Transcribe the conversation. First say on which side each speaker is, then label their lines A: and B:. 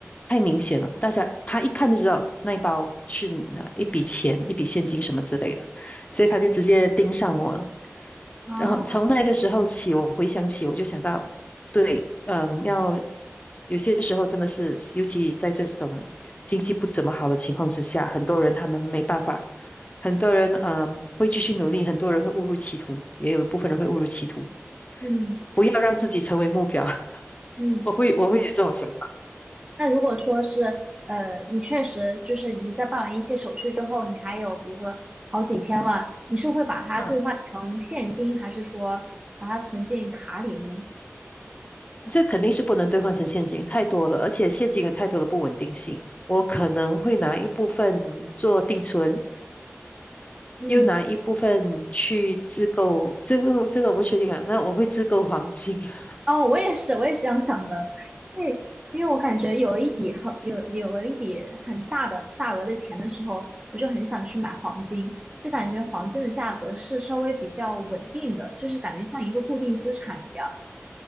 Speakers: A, on the left; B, on the right.
A: 太明显了，大家他一看就知道那一包就是你的一笔钱、一笔现金什么之类的，所以他就直接盯上我了。
B: 哦，
A: 然后从那个时候起，我回想起，我就想到对，嗯，要有些时候真的是，尤其在这种经济不怎么好的情况之下，很多人他们没办法，很多人嗯会继续努力，很多人会误入歧途，也有一部分人会误入歧途。
B: 嗯
A: 不要让自己成为目标，<laughs>
B: 嗯，
A: 我会我会有这种想法。
B: 那如果说是呃，你确实就是你在办完一切手续之后，你还有比如说好几千万，你是会把它兑换成现金，
A: 嗯，
B: 还是说把它存进卡里呢？
A: 这肯定是不能兑换成现金，太多了，而且现金有太多的不稳定性。我可能会拿一部分做定存，
B: 嗯，
A: 又拿一部分去自购，这个这个我不确定啊。那我会自购黄金，<laughs>
B: 哦，我也是，我也是这样想的，因为因为我感觉有了一笔很有有了一笔很大的大额的钱的时候，我就很想去买黄金，就感觉黄金的价格是稍微比较稳定的，就是感觉像一个固定资产一样。